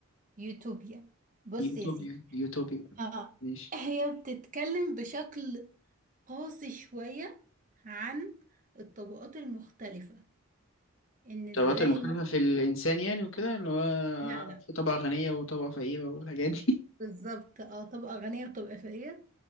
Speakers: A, on the right; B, on the left.
A: يوتوبيا بص
B: يوتوبيا
A: يا سيدي
B: يوتوبيا
A: اه
B: ماشي
A: هي بتتكلم بشكل قاسي شوية عن الطبقات المختلفة ان
B: الطبقات
A: ازاي
B: المختلفة
A: ما
B: في الإنسان يعني وكده اللي هو
A: لا لا
B: في طبقة غنية وطبقة فقيرة والحاجات دي
A: بالظبط اه طبقة غنية وطبقة فقيرة